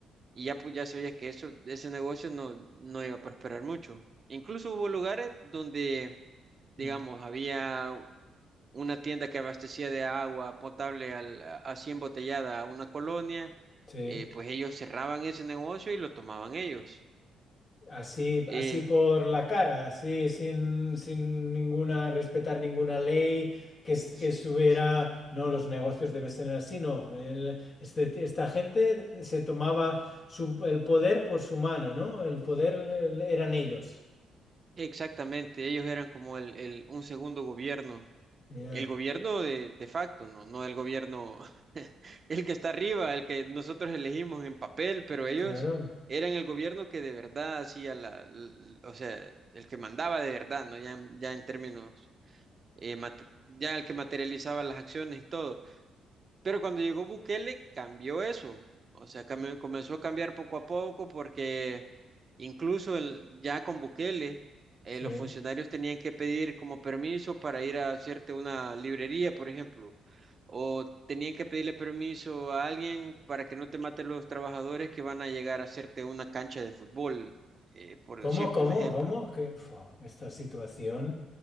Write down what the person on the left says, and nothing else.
Mm,
Sí.
Así,
así por la cara, así sin, sin ninguna, respetar ninguna ley que, s-
que subiera,
no, los negocios deben ser así, no. El- este- esta gente se tomaba su- el poder por su mano, ¿no? El poder el- eran ellos.
Ya,
claro.
Sí.
¿Cómo,
cómo,
cómo? Que, fua, esta situación,